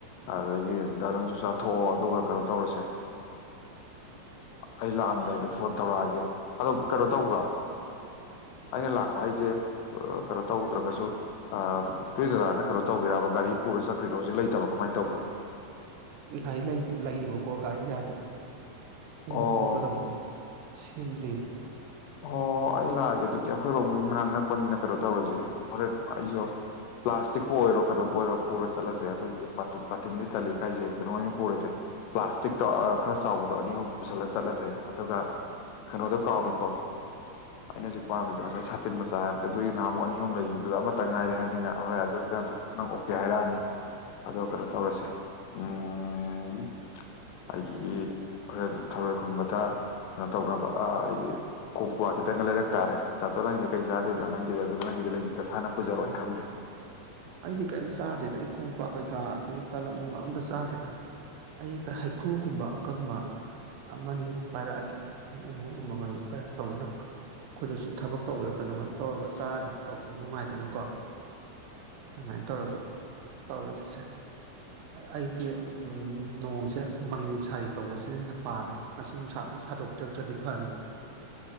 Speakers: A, on the left; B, on the right.
A: ꯑꯗꯒꯤ ꯗꯔꯪꯁꯨ ꯆꯥꯊꯣꯛꯑꯣ ꯑꯗꯨꯒ ꯀꯩꯅꯣ ꯇꯧꯔꯁꯦ ꯑꯩ ꯂꯥꯛꯑꯝꯗꯥꯏꯗꯣ ꯐꯣꯟ ꯇꯧꯔꯛꯑꯒꯦ ꯑꯗꯣ ꯀꯩꯅꯣ ꯇꯧꯕ꯭ꯔꯣ ꯑꯩꯅ ꯂꯥꯛꯄ ꯍꯥꯏꯁꯦ ꯀꯩꯅꯣ ꯇꯧꯗ꯭ꯔꯒꯁꯨ ꯇꯨꯏ ꯗꯗꯥꯅ ꯀꯩꯅꯣ ꯇꯧꯒꯦꯔꯕ ꯒꯥꯔꯤ ꯄꯨꯔ ꯆꯠ꯭ꯔꯤꯗꯣ ꯍꯧꯖꯤꯛ ꯂꯩꯇꯕꯣ ꯀꯃꯥꯏꯅ ꯇꯧꯒꯦ
B: <inaudible> ꯔꯤ ꯂꯩꯌꯦꯕꯀꯣ ꯘꯔꯤ ꯌꯥꯗꯕ ꯁꯦꯝꯕ
A: ꯑꯣ
B: ꯊꯣꯛꯀꯗꯕꯗꯣ ꯁꯦꯟꯗ꯭ꯔꯤꯕ
A: ꯑꯣ ꯑꯩ ꯂꯥꯛꯑꯒꯦ ꯑꯗꯨꯗꯤ ꯑꯩꯈꯣꯏꯔꯣꯝꯒꯤ ꯃꯅꯥꯛ ꯅꯛꯄꯅꯤꯅ ꯀꯩꯅꯣ ꯇꯧꯔꯁꯦ ꯍꯣꯔꯦꯟ ꯑꯩꯁꯨ ꯄ꯭ꯂꯥꯁꯇꯤꯛꯄꯨ ꯑꯣꯏꯔꯣ ꯀꯩꯅꯣꯕꯨ ꯑꯣꯏꯔꯣ ꯄꯨꯔ ꯆꯠꯂꯁꯦ ꯑꯩꯈꯣꯏꯒꯤ ꯇ ꯕꯥꯇꯤꯟꯗꯤ ꯇꯜꯂꯛꯦꯈꯥꯏꯁꯦ ꯀꯩꯅꯣ ꯑꯣꯏꯅ ꯄꯨꯔꯁꯦ ꯄ꯭ꯂꯥꯁꯇꯤ ꯈꯔ ꯆꯥꯎꯕꯗꯣ ꯑꯅꯤ ꯑꯍꯨꯝ ꯄꯨꯁꯜꯂ ꯆꯠꯂꯁꯦ ꯑꯗꯨꯒ ꯀꯩꯅꯣꯗꯣ ꯀꯥꯎꯔꯤꯀꯣ ꯑꯩꯅ ꯍꯧꯖꯤꯛ ꯄꯥꯝꯗꯤꯗ ꯉꯁꯥꯏ ꯁꯥꯇꯤꯟ ꯆꯥ ꯍꯥꯏꯕꯗꯤ ꯑꯗꯨꯒꯤ ꯅꯍꯥꯃꯛ ꯑꯅꯤ ꯑꯍꯨꯝ ꯂꯩꯈꯤꯕꯗꯨꯗꯣ ꯑꯃꯠꯇꯇ ꯉꯥꯏꯔꯦ ꯍꯥꯏꯕꯅꯤꯅ ꯍꯣꯏ ꯑꯗꯨꯗꯤ ꯅꯪ ꯅꯪ ꯑꯣꯛꯀꯦ ꯍꯥꯏꯔꯛꯑꯅꯤ ꯑꯗꯣ ꯀꯩꯅꯣ ꯇꯧꯔꯁꯦ ꯎꯝ ꯑꯩ ꯑꯩꯒꯤ ꯍꯣꯔꯦꯟ ꯊꯔꯣꯏ ꯈꯨꯨꯝꯕꯗ ꯀꯩꯅꯣ ꯇꯧꯅꯕ ꯑꯩꯒꯤ ꯀꯣꯛ ꯀ꯭ꯋꯥ ꯈꯤꯇꯪ ꯂꯩꯔꯛ ꯇꯥꯔꯦ ꯇꯥꯇꯣ ꯅꯪꯗꯤ ꯀꯩ ꯆꯥꯗꯣꯏꯣ ꯅꯪꯒꯤꯗꯤ ꯑꯗꯨꯗꯣ ꯅꯪꯗꯤ ꯂꯩ ꯁꯤ ꯇꯁꯥꯅ ꯄꯨꯖꯔꯛꯑꯣ ꯑꯩ ꯈꯪꯗꯦ
B: ꯑꯩꯗꯤ ꯀꯩꯝ ꯆꯥꯗꯦꯗ ꯑꯩ ꯀꯣꯡ ꯀ꯭ꯥ ꯀꯩꯀꯥ ꯑꯗꯒꯤ ꯇꯥꯂꯞ ꯅꯨꯡꯂꯥꯞ ꯑꯝꯇ ꯆꯥꯗꯦꯗ ꯑꯩ ꯍꯩꯀ꯭ꯔꯨꯒꯨꯝꯕ ꯑꯀꯪꯕ ꯑꯃꯅꯤ ꯑꯗꯨꯝ ꯄꯥꯏꯔꯛꯑꯒꯦ ꯑꯗꯨꯝ ꯎꯝꯃ ꯎꯝꯃꯒ ꯑꯗꯨꯝ ꯀꯌꯥ ꯇꯧꯅꯅꯕ ꯑꯩꯈꯣꯏꯗꯁꯨ ꯊꯕꯛ ꯇꯧꯕꯗ ꯀ ꯀꯩꯅꯣ ꯇꯧꯔꯒ ꯆꯥꯔꯒ ꯇꯧꯕꯗ ꯅꯨꯡꯉꯥꯏꯗꯅꯀꯣ ꯑꯗꯨꯃꯥꯏꯅ ꯇꯧꯔꯒ ꯇꯧꯔꯁꯤꯁꯦ ꯑꯩꯗꯤ ꯎ ꯅꯣꯡꯁꯦ ꯃꯥꯡꯅꯤꯡ ꯁꯥꯔꯤ ꯇꯧꯕꯁꯦ ꯁꯤꯅ ꯄꯥꯝꯃꯦ ꯃꯁꯤ ꯅꯨꯡꯁꯥꯗ ꯁꯥꯗꯣꯛꯄꯤꯔꯛꯇ꯭ꯔꯗꯤ ꯐꯅꯤ